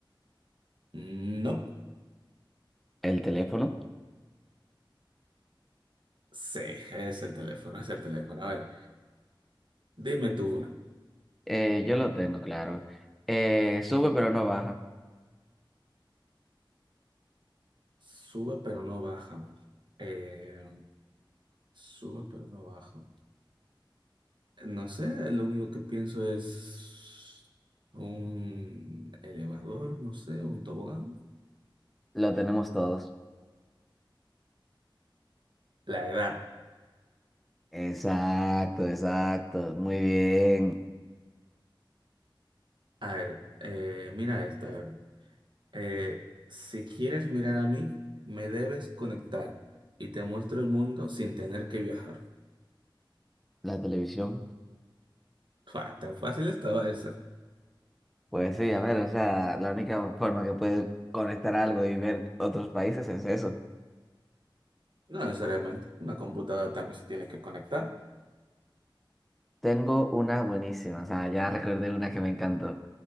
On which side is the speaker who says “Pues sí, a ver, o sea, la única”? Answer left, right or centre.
Centre